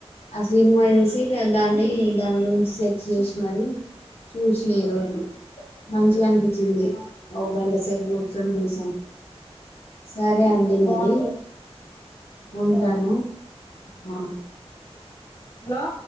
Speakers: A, on the left; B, on the left.
A: ఆ సినిమా చూసి దాన్ని దాని గురించి సెర్చ్ చేసి మరీ చూసినా ఈ రోజు మంచిగా అనిపించింది
B: అవునా ఆ
A: ఒక గంట సేపు కూర్చొని చూసి సరే అండి మరి
B: బాగుంటది
A: ఉంటాను
B: సరే
A: ఆ
B: హలో